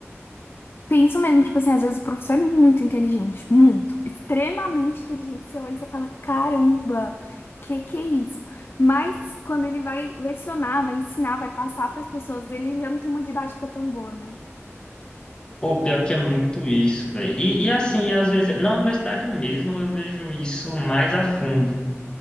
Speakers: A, on the left; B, on the left.
A: Tem isso mesmo. Tipo assim, às vezes o professor é muito inteligente. Muito. Extremamente inteligente. Você olha e você fala, caramba, que que é isso? Mas quando ele vai lecionar, vai ensinar, vai passar para as pessoas, ele já não tem uma didática tão boa, né?
B: Pô, pior que é muito isso, velho. E, e assim, às vezes, na universidade mesmo eu vejo isso mais a fundo,